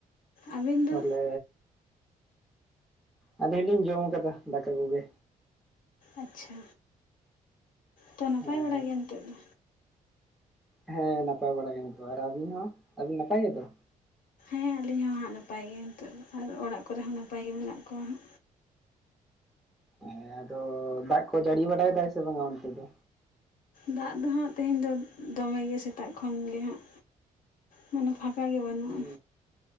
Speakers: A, on the left (about 65°); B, in the centre.
A: ᱟᱹᱵᱤᱱ
B: ᱛᱟᱦᱚᱞᱮ
A: ᱫᱚ
B: ᱟᱹᱞᱤᱧ ᱦᱚᱞᱤᱧ ᱡᱚᱢ ᱟᱠᱟᱫᱟ ᱫᱟᱠᱟ ᱠᱚᱜᱮ
A: ᱟᱪ ᱪᱷᱟ ᱛᱚ ᱱᱟᱯᱟᱭ
B: ᱦᱮᱸ
A: ᱵᱟᱲᱟᱭ ᱜᱮᱭᱟ ᱱᱤᱛᱚᱜ ᱫᱚ
B: ᱦᱮᱸ ᱱᱟᱯᱟᱭ ᱵᱟᱲᱟ ᱜᱮ ᱤᱱᱛᱩᱜ ᱟᱨ ᱟᱹᱵᱤᱱ ᱦᱚᱸ ᱟᱵᱤᱱ ᱱᱟᱯᱟᱭ ᱜᱮᱛᱚ
A: ᱦᱮᱸ ᱟᱹᱞᱤᱧ ᱦᱚᱸ ᱦᱟᱸᱜ ᱱᱟᱯᱟᱭ ᱜᱮ ᱱᱤᱛᱚᱜ ᱟᱨ ᱚᱲᱟᱜ ᱠᱚᱨᱮ ᱦᱚᱸ ᱱᱟᱯᱟᱭ ᱜᱮ ᱢᱮᱱᱟᱜ ᱠᱚᱣᱟ ᱦᱟᱸᱜ
B: ᱦᱮᱸ ᱟᱫᱚ ᱫᱟᱜ ᱠᱚ ᱡᱟᱹᱲᱤ ᱵᱟᱰᱟᱭ ᱫᱟ ᱥᱮ ᱵᱟᱝᱟ ᱚᱱᱛᱮ ᱫᱚ
A: ᱫᱟᱜ ᱫᱚ ᱦᱟᱸᱜ ᱛᱮᱦᱮᱧ ᱫᱚ ᱫᱚᱢᱮ ᱜᱮ ᱥᱮᱛᱟᱜ ᱠᱷᱚᱱᱜᱮ ᱦᱟᱸᱜ ᱢᱟᱱᱮ ᱯᱷᱟᱸᱠᱟ ᱜᱮ ᱵᱟᱹᱱᱩᱜᱼᱟ᱾
B: ᱦᱩᱸ